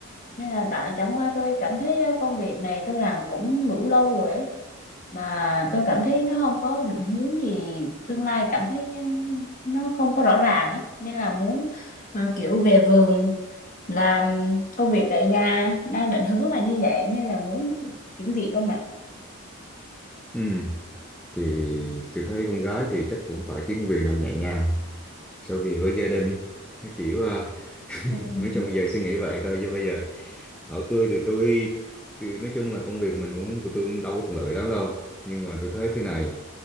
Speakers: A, on the left; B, in the centre.
A: nên là tại chẳng qua tôi cảm thấy ờ, công việc này tôi làm cũng đủ lâu rồi ấy. mà tôi cảm thấy nó không có định hướng gì tương lai cảm thấy nó không có rõ ràng ấy nên là muốn ờ, kiểu về vườn làm công việc tại nhà đang định hướng là như vậy nên là muốn chuyển việc không ạ
B: Ừ. Thì tôi thấy con gái thì chắc cũng phải kiếm công việc nào nhẹ nhàng, sau vì với gia đình, cái kiểu à, <laughs>
A: ừ,
B: nói chung giờ suy nghĩ vậy thôi chứ bây giờ hỏi tôi thì tôi thì nói chung là công việc mình cũng của tôi cũng đâu có thuận lợi lắm đâu nhưng mà tôi thấy thế này